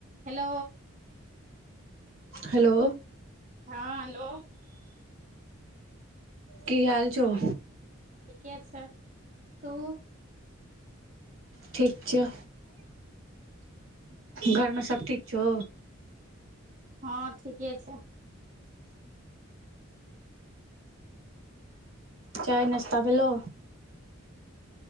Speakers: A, on the right; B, on the right.
A: Hello.
B: Hello.
A: हँ hello.
B: की हाल छौ?
A: ठीके छै तू
B: ठीक छौ घरमे सब ठीक छौ?
A: हँ ठीके छै।
B: चाय नाश्ता भेलो?